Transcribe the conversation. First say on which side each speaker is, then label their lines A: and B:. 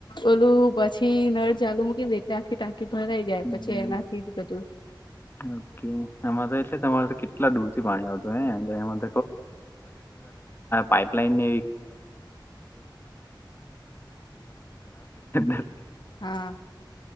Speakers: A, on the left; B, on the left.
A: ઓલું પછી નળ ચાલુ મૂકી એટલે આખી ટા ભરાઈ જાય
B: હમ્મ
A: પછી એનાથી જ બધું
B: ઓકે આમાં તો એટલે તમારે તો કેટલા દૂર થી પાણી આવતું પાઈપલાઈનને <unintelligible>
A: હા